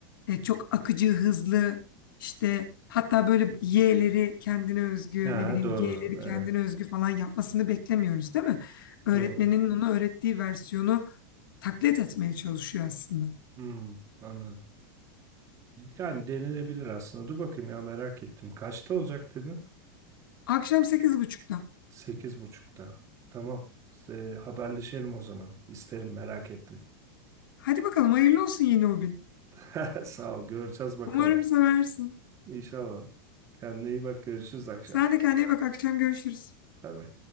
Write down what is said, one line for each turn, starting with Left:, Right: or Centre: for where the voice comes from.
Left: e, çok akıcı, hızlı işte hatta böyle Y'leri kendine özgü
Right: Ha,
Left: ne bileyim
Right: doğru.
Left: G'leri
Right: Evet.
Left: kendine özgü falan yapmasını beklemiyoruz değil mi? Öğretmenin
Right: Doğru.
Left: ona öğrettiği versiyonu taklit etmeye çalışıyor aslında.
Right: Hmm, anladım. Yani denenebilir aslında. Dur bakayım ya merak ettim. Kaçta olacak dedin?
Left: Akşam sekiz buçukta.
Right: Sekiz buçukta. Tamam. Se- haberleşelim o zaman. İsterim merak ettim.
Left: Hadi bakalım hayırlı olsun yeni o gün.
Right: <laughs> Sağ ol. Göreceğiz bakalım.
Left: Umarım seversin.
Right: İnşallah. Kendine iyi bak. Görüşürüz akşam.
Left: Sen de kendine iyi bak akşam görüşürüz.
Right: Bay bay.